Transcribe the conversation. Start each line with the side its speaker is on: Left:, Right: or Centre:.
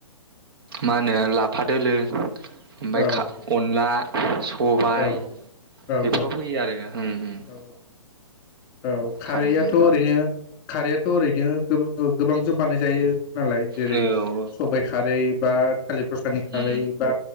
Right: मा होनो लाफा दोलो ओमफ्राय
Left: औ
Right: अनला सबायाइ
Left: औ औ औ
Right: बेफोराव होयो आरो उम उम
Left: औ औ खारैआथ'
Right: खारैजों
Left: ओरैनो खारैआथ' ओरैनो गोबां <unintelligible> बानाय जायो नालाय जेरै
Right: औ औ
Left: सबाइ खारै बा थालिर फसलानि खारै
Right: उम
Left: बा